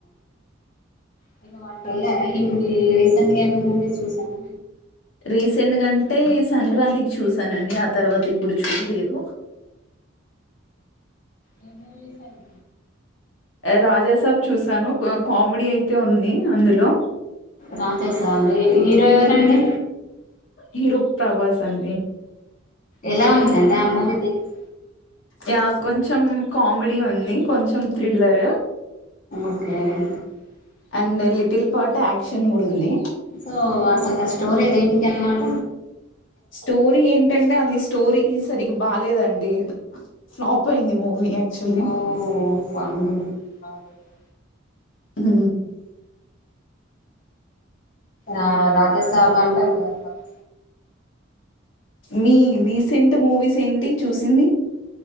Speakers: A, on the left (about 40°); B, on the left (about 75°).
A: నేను అట్లన్లే రీసెంట్గా ఏమన్న మూవీస్ చూసారా?
B: రీసెంట్గా అంటే సంక్రాంతికి చూసానండి ఆ తర్వాత ఇప్పుడు చూడ్లేదు.
A: ఏం మూవీ చూసారం
B: రాజ సబ్ చూసాను కామెడీ అయితే ఉంది అందులో
A: రాజా సాబ్ ఏ హీరో ఎవరండి?
B: హీరో ప్రభాస్ అండి.
A: ఎలా ఉందండి ఆ మూవీ దేనిక్
B: యా కొంచెం కామెడీ ఉంది కొంచం థ్రిల్లర్
A: ఓకే కామెడీ
B: అండే లిటిల్
A: కదా
B: పార్ట్ యాక్షన్ కూడా ఉంది
A: సో అసల్క స్టోరీ దేనికన్మాట.
B: స్టోరీ ఏంటంటే అది స్టోరీ సరిగ్ బాలేదండి ఫ్లాప్ అయింది మూవీ యాక్చువల్లీ
A: అవ్ పన్ చూడా
B: మ్
A: ఆ రాజా సాబ్ <unintelligible>
B: మీ రీసెంట్ మూవీస్ ఏంటి చూసింది.